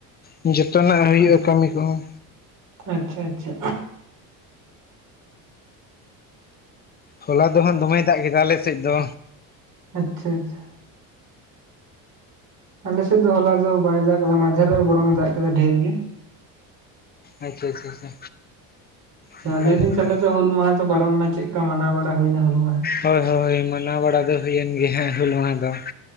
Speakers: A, on the left; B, on the right.
A: ᱦᱟᱜ ᱡᱚᱛᱚᱱᱟᱜ
B: ᱦᱟᱸᱜ
A: ᱦᱩᱭᱩᱜᱼᱟ ᱠᱟᱹᱢᱤ ᱠᱚᱦᱚᱸ᱾
B: ᱟᱪᱪᱷᱟ ᱟᱪᱪᱷᱟ᱾
A: ᱦᱚᱞᱟ ᱫᱚ ᱦᱟᱸᱜ ᱫᱚᱢᱮᱭ ᱫᱟᱜ ᱠᱮᱫᱟ ᱟᱞᱮ ᱥᱮᱫ ᱫᱚ᱾
B: ᱟᱪᱪᱷᱟ ᱟᱪᱪᱷᱟ᱾ ᱟᱞᱮ ᱥᱮᱫ ᱫᱚ ᱦᱚᱞᱟ ᱫᱚ ᱵᱟᱭ ᱫᱟᱜ ᱟᱠᱫᱟ ᱢᱟᱦᱫᱮᱨᱚᱜ ᱵᱚᱨᱚᱝ ᱮ ᱫᱟᱜ ᱠᱮᱫᱟ ᱰᱷᱮᱨ ᱜᱮ᱾
A: ᱟᱪᱪᱷᱟ ᱟᱪᱪᱷᱟ ᱟᱪᱪᱷᱟ᱾
B: ᱞᱟᱹᱭ
A: ᱱᱟᱯᱟᱭ
B: ᱮᱫᱟ ᱞᱤᱧ
A: ᱠᱟᱛᱷᱟ
B: ᱛᱟᱦᱚᱞᱮ
A: ᱜᱮ
B: ᱛᱚ ᱦᱩᱞ ᱢᱟᱦᱟ ᱫᱚ ᱯᱟᱨᱚᱢ ᱮᱱᱟ ᱪᱮᱫ ᱞᱮᱠᱟ ᱢᱟᱱᱟᱣ ᱵᱟᱲᱟ ᱦᱩᱭᱱᱟ ᱦᱩᱞ ᱢᱟᱦᱟ?
A: ᱦᱳᱭ ᱦᱳᱭ ᱢᱟᱱᱟᱣ ᱵᱟᱲᱟ ᱫᱚ ᱦᱩᱭᱮᱱ ᱜᱮ ᱦᱟᱸᱜ ᱦᱩᱞ ᱢᱟᱦᱟ ᱫᱚ᱾